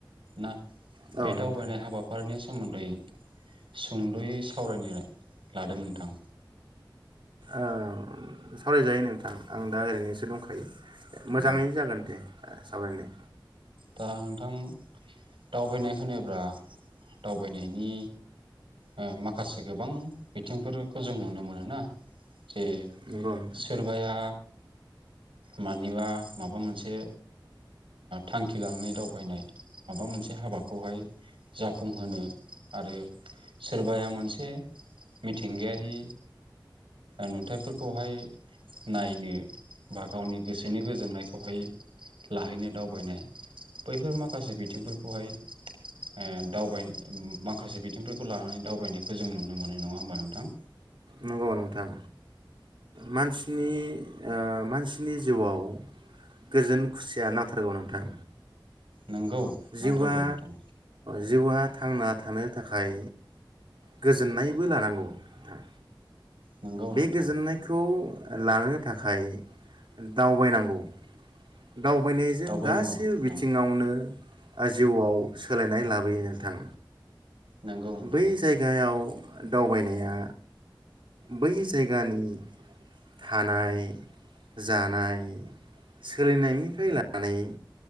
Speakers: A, on the right; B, on the right.
A: ना
B: औ
A: बे
B: नोंथां
A: दावबायनाय हाबाफारिनि सोमो दै सुंद'यै सावरायनो लादों नोंथां
B: ओ सावरायजायो नोंथां आं दा ओरैनोसो दंखायो मोजाङैनो
A: उम
B: जागोन दे ओ सावरायनो
A: दा नोंथां दावबायनाय होनोब्ला दावबायनायनि ओ माखासे गोबां बिथिंफोरखौ जों नुनो मोनो ना जे
B: नंगौ नोंथां
A: सोरबाया मानिबा माबा मोनसे थांखि लानानै दावबायनाय माबा मोनसे हाबाखौहाय जाफुंहोनो आरो सोरबाया मोनसे मिथिंगायारि नुथायाइफोरखौहाय नायनो बा गावनि गोसोनि गोजोननायखौहाय लाहैनो दावबायनाय बैफोर माखासे बिथिंफोरखौहाय ओ दावबायनाय माखासे बिथिंफोरखौ लानानै दावबायनायखौ जों नुनो मोननाय नङा होमबा नोंथां?
B: नंगौ नोंथां मानसिनि ओ मानसिनि जिउआव गोजोन खुसिया नांथारगौ नोंथां
A: नोंगौ
B: जिउआ
A: नांथारगौ नोंथां
B: जिउआ थांना थानो थाखाय गोजोननायबो लानांगौ नोथां
A: नोंगौ
B: बे
A: नोंथां
B: गोजोननायखौ लानो थाखाय दावबायनांगौ दावबायनायजों
A: दावबायनांगौ
B: गासैबो
A: नोंथां
B: बिथिङावनो ओ जिउआव सोलायनाय लाबोयो नोंथां
A: नोंगौ नोंथां
B: बै जायगायाव दावबायनाया बै जायगानि थानाय जानाय सोलिनायनिफ्राय लानानै